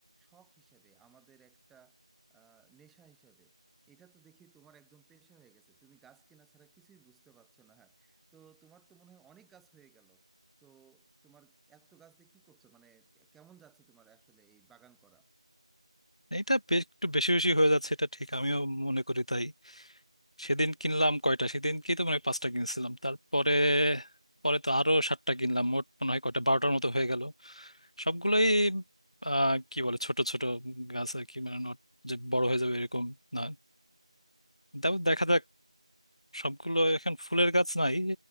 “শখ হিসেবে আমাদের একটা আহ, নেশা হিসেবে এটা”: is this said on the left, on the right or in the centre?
Centre